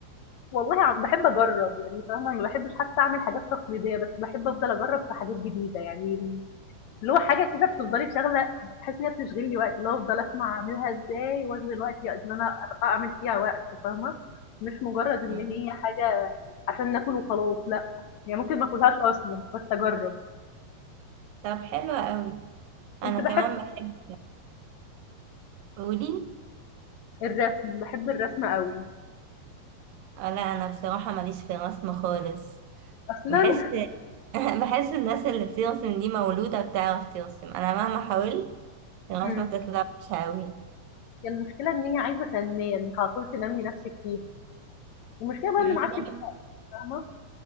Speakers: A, on the left; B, on the right.
A: والله عم- بحب أجرّب يعني فاهمة، ما باحبش حتى أعمل حاجات تقليدية، بس باحب أفضل أجرّب في حاجات جديدة، يعني اللي هو حاجة كده بتفضلي شاغلة باحس إن هي بتشغل لي وقتي، اللي هو أفضل أسمع أعملها إزاي وأشغل وقتي إن أنا أ أعمل فيها وقت فاهمة، مش مجرّد إن
B: مم.
A: هي حاجة عشان ناكل وخلاص لأ، يعني ممكن ما آكلهاش أصلًا بس أجرّب.
B: طب حلو قوي
A: كنت
B: انا
A: باحب
B: كمان بحب قولي
A: الرسم، باحب الرسم أوي،
B: آه، لا انا بصراحة ماليش في الرسم خالص
A: أصلًا
B: بحس <laughs> بحس الناس اللي بترسم دي مولودة بتعرف ترسم انا مهما حاولت الرسمة
A: إمم،
B: بتطلع وحشة
A: هي المشكلة إن هي عايزة تنمية، إنِّك على طول تنمّي نَفْسِك فيها، والمشكلة بقى
B: قوي
A: إن ما عادش فاهمة،